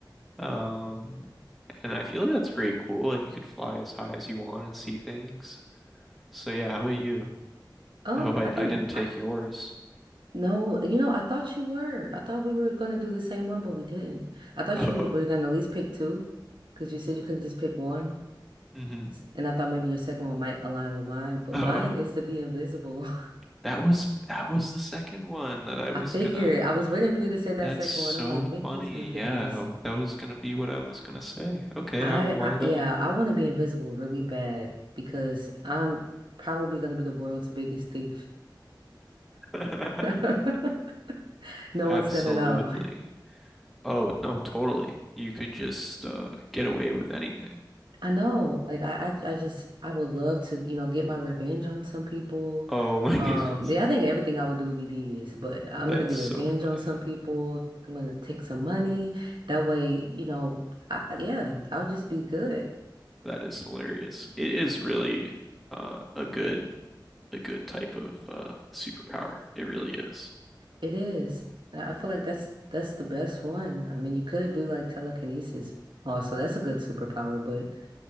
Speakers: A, in the centre; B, on the right (about 80°).
A: Um, and I feel like that's pretty cool. Like you could fly as high as you want and see things. So yeah, how about you?
B: Um,
A: I hope I
B: I think
A: I didn't take
B: I,
A: yours.
B: no, you know, I thought you were. I thought we were gonna do the same one, but we didn't. I thought
A: Oh.
B: you were gonna at least pick two, because you said you couldn't just pick one,
A: <laughs> hmm
B: S- and I thought maybe your second one might align with mine. But
A: Oh.
B: mine is to be invisible.
A: That was that was the second one
B: <laughs>
A: that I was
B: I figured
A: gonna
B: I was waiting for you to say that
A: that's
B: second one.
A: so
B: I'm like, maybe
A: funny.
B: he's gonna pick
A: Yeah,
B: this.
A: that was gonna be what I was gonna say. Okay,
B: I,
A: how why
B: I
A: that?
B: yeah, I want to be invisible really bad because I'm probably gonna be the world's biggest thief.
A: <laughs>
B: <laughs> No
A: Absolutely.
B: one's gonna know.
A: Oh, no, totally. You could just uh, get away with anything.
B: I know, like I, I, I just I would love to, you know, get my revenge on some people.
A: Oh my
B: Um,
A: <laughs> goodness.
B: yeah, I think everything I would do would be devious, but I'm
A: That's
B: gonna get
A: so
B: revenge
A: funny.
B: on some people. I'm gonna take some money. That way, you know, I, yeah, I'll just be good.
A: That is hilarious. It is really uh, a good a good type of uh, superpower. It really is.
B: It is. I I feel like that's that's the best one. I mean, you could do like telekinesis also. That's a good superpower, but